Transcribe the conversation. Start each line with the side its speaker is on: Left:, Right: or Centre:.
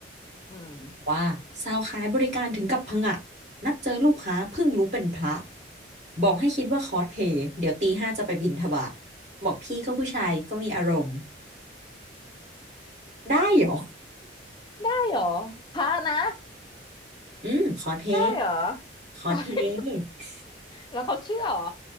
Left: อืม
Right: ว่าสาวขายบริการถึงกับผงะนัดเจอลูกค้าเพิ่งรู้เป็นพระบอกให้คิดว่าคอสเพลย์เดี๋ยวตีห้าจะไปบิณฑบาตบอกพี่ก็ผู้ชายก็มีอารมณ์ได้เหรอ
Left: ได้เหรอพระนะ
Right: อืมคอสเพลย์
Left: ได้เหรอ
Right: คอสเพลย์
Left: <laughs> แล้วเขาเชื่อเหรอ